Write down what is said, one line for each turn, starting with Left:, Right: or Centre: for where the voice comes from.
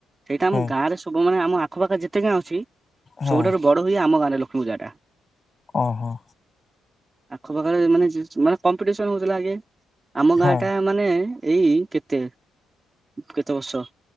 Right: ସେଇଟା
Left: ହୁଁ
Right: ଆମ ଗାଁ ରେ ସବୁ ମାନେ ଆମ ଆଖପାଖ ଯେତେ ଗାଁ ଅଛି
Left: ହୁଁ
Right: ସବୁଠାରୁ ବଡ ହୁଏ ଆମ ଗାଁରେ ଲକ୍ଷ୍ମୀପୂଜାଟା।
Left: ଓହୋ।
Right: ଆଖ ପାଖରେ ମାନେ ଯି ମାନେ କମ୍ପିଟିସନ ହୋଉଥୁଲା ଆଗେ ଆମ
Left: ହୁଁ
Right: ଗାଁଟା ମାନେ ଏଇ କେତେ କେତେବର୍ଷ